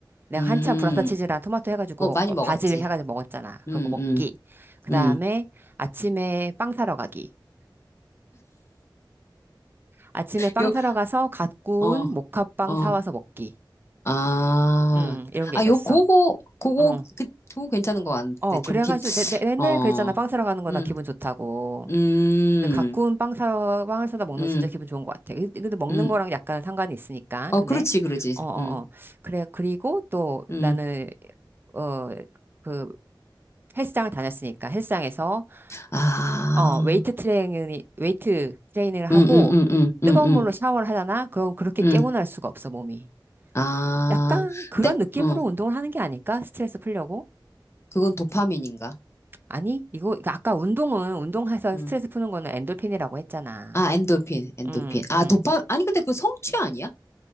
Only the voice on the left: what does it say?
음,
어, 많이
먹었지.
음,
음,
음.
요,
어,
어,
아,
아,
요, 그거, 그거,
그, 그거 괜찮은 거 같은데,
좀
비,
어,
음,
음,
음,
음.
어,
그렇지, 그렇지.
음,
음.
아,
음, 음, 음, 음,
음, 음,
음.
아,
근데,
어,
그건 도파민인가?
음.
아, 엔도핀, 엔도핀.
아,
도파, 아니, 근데 그 성취 아니야?